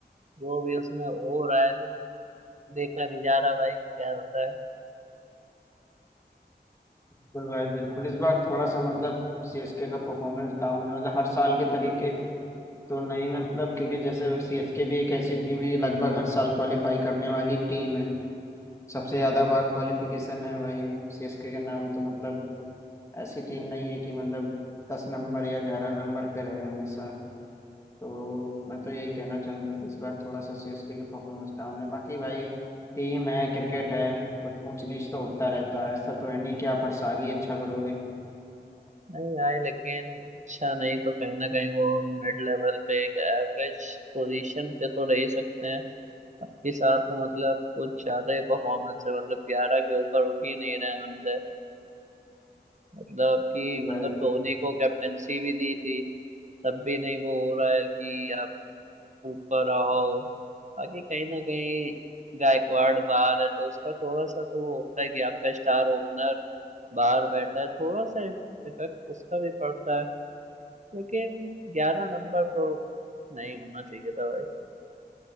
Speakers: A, on the right; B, on the left.
A: जो भी उसमें हो रहा है ना देखा नहीं जा रहा भाई क्या होता है
B: बिल्कुल भाई बिल्कुल इस बार थोड़ा सा मतलब सीएसके का परफॉर्मेंस डाउन है मतलब हर साल के तरीके तो नहीं मतलब क्योंकि जैसे सीएसके भी एक ऐसी टीम है ये लगभग हर साल क्वालिफाई करने वाली टीम है सबसे ज्यादा बार क्वालिफिकेशन है भाई सीएसके के नाम तो मतलब ऐसी टीम नहीं है कि मतलब दस नंबर या ग्यारह नंबर पे रहे हमेशा तो मैं तो यही कहना चाहूंगा कि इस बार थोड़ा सा सीएसके की परफॉर्मेंस डाउन है बाकी भाई टीम है क्रिकेट है कुछ ऊंच नीच तो होता रहता है ऐसा तो है नहीं कि आप हर साल ही अच्छा करोगे
A: नहीं आए लेकिन अच्छा नहीं तो कहीं ना कहीं वो मिड लेवल पे एक एवरेज पोजीशन पे तो रह ही सकते हैं आपके साथ तो मतलब कुछ ज्यादा ही परफॉर्मेंस है मतलब ग्यारह के ऊपर उठ ही नहीं रहे हैं बंदे मतलब कि मतलब
B: भाई
A: धोनी को कैप्टेंसी भी दी थी तब भी नहीं वो हो रहा है कि आप ऊपर आओ बाकी कहीं ना कहीं गायकवाड़ बाहर है तो उसका थोड़ा सा तो वो होता है कि आपका स्टार ओपनर बाहर बैठा है थोड़ा सा इफेक्ट उसका भी पड़ता है लेकिन ग्यारह नंबर तो नहीं होना चाहिए था भाई